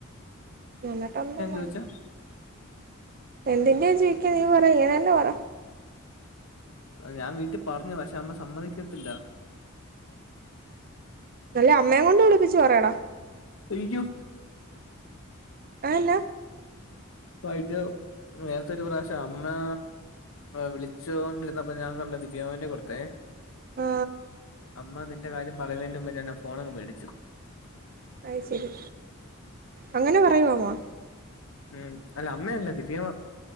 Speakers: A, on the right (about 45°); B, on the left (about 75°).
A: എന്നിട്ടൊന്നും വേണ്ട
B: ചോദിച്ചാ
A: എന്തിന്റെ യാ ജി <unintelligible> പറ ഇങ്ങനെന്നെ പറ
B: ഞാൻ വീട്ടിൽ പറഞ്ഞു പക്ഷെ അമ്മ സമ്മതിക്കത്തില്ല
A: അല്ലേ അമ്മേം കൊണ്ട് വിളിപ്പിച്ച് പറയടാ
B: അയ്യൊ
A: അ എന്നാ
B: ഫൈൻനൗവ് നേരത്തൊരു പ്രാവശ്യം അമ്മാ വിളിച്ചോണ്ടിരുന്നപ്പ ഞാൻ കണ്ട ദിവ്യമ്യാമ്ന്റെ കൊടുത്തെ
A: ആ
B: അമ്മ നിന്റെ കാര്യം പറയുന്നേൻ്റുമുമ്പേ ഞാനാ ഫോണങ്ങ് മേടിച്ചു
A: അയ്ശരി അങ്ങനെ പറയോ അമ്മ
B: ഉം അല്ല അമ്മയല്ല ദിവ്യാമാം